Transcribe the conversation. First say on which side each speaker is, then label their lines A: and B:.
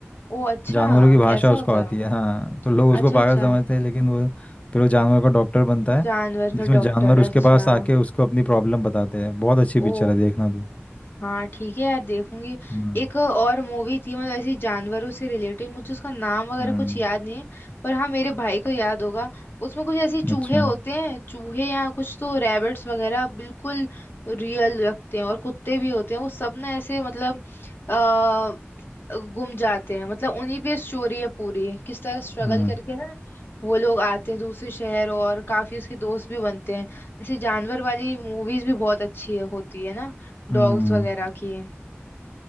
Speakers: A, on the left; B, on the left.
A: ओ अच्छा
B: जानवरों
A: जानवर।
B: की भाषा
A: ऐसा
B: उसको
A: होता
B: आती
A: है
B: है हाँ तो लोग उसको
A: अच्छा
B: पागल
A: अच्छा
B: समझते हैं लेकिन वो फिर वो जानवर का डॉक्टर बनता है
A: जानवर
B: जिसमें
A: का डॉक्टर
B: जानवर उसके
A: अच्छा
B: पास आके उसको अपनी प्रॉब्लम बताते हैं बहुत अच्छी
A: ओ
B: पिक्चर है देखना तू
A: हाँ ठीक है यार देखूंगी
B: हम्म
A: एक और मूवी थी मतलब ऐसी जानवरों से रिलेटेड मुझे उसका नाम वगैरह
B: हम्म,
A: कुछ याद नहीं है पर हाँ मेरे भाई को याद होगा उसमें कुछ ऐसे चूहे
B: अच्छा
A: होते हैं चूहे या कुछ तो रैबिट्स वगैरह बिल्कुल रियल लगते हैं और कुत्ते भी होते हैं वो सब ना ऐसे मतलब आ, गुम जाते हैं मतलब उन्हीं पे स्टोरी है पूरी किस तरह स्ट्रगल
B: हम्म
A: करके ना वो लोग आते हैं दूसरे शहर और काफी उसके दोस्त भी बनते हैं ऐसे जानवर वाली मूवीज भी बहुत अच्छी है, होती है ना
B: हम्म
A: डॉग्स वगैरह की